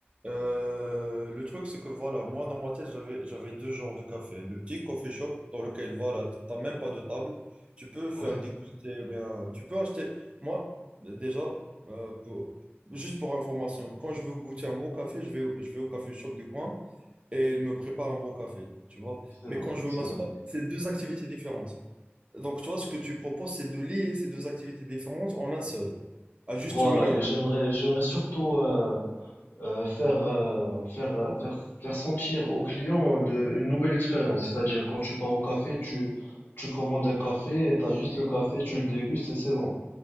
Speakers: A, on the right; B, on the left.
A: Euh, le truc, c'est que voilà, moi dans ma tête, j'avais, j'avais deux genres de café. Le petit coffee shop dans lequel voilà, t'as même pas de table, tu peux faire
B: Oui,
A: déguster, eh bien, tu peux acheter. Moi, déjà, euh, pour- juste pour information, quand je veux goûter un bon café, je vais, au- je vais au café shop du coin et il me prépare un bon café, tu vois.
B: c'est
A: Mais
B: vrai,
A: quand je
B: c'est
A: veux m'asseoir,
B: vrai.
A: c'est deux activités différentes. Donc, toi, ce que tu proposes, c'est de lier ces deux activités différentes en un seul, à juste
B: Voilà,
A: milieu.
B: et j'aimerais, j'aimerais surtout euh, euh, faire, euh, faire, euh, faire, faire sentir aux clients de, une nouvelle expérience. C'est-à-dire, quand tu pars au café, tu, tu commandes un café, tu as juste le café, tu le dégustes et c'est bon.